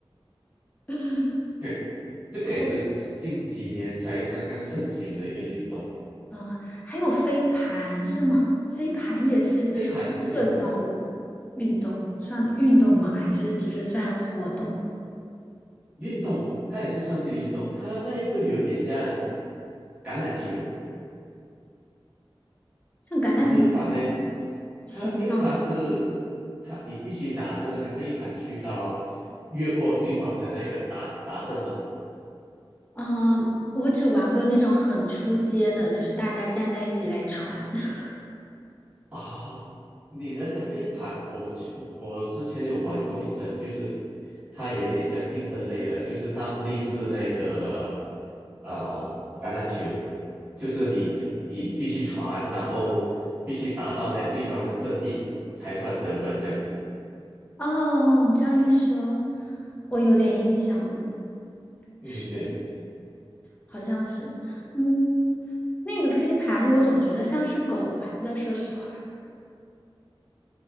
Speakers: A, on the left; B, on the right.
A: <laughs>
B: 对，这个也是近几年才刚刚盛行的一个运动，
A: 他嗯、还有飞盘是吗？飞盘也是属于社交
B: 飞盘，对对对，
A: 运动，算运动吗？还是只是算活动？
B: 运动嘛，它也是算是运动，它那个有一点像橄榄球，
A: 像橄榄球
B: 只是把那
A: 形状？
B: 它，因为它是它，你必须拿着那个飞盘去到越过对方的那个达达阵嘛，
A: 嗯，我只玩过那种很出街的，就是大家站在一起来传。<laughs>
B: 哦，你那个飞盘，我们去，我之前有玩过一次，就是它有一点像竞争类的，就是它类似那个呃橄榄球，就是你你必须传，然后必须达到那对方的阵地才算得分这样子。
A: 哦，你这样一说，我有点印象了，
B: 嗯，
A: 是，
B: 对。
A: 好像是，嗯，那个飞盘我总觉得像是狗玩的，说实话，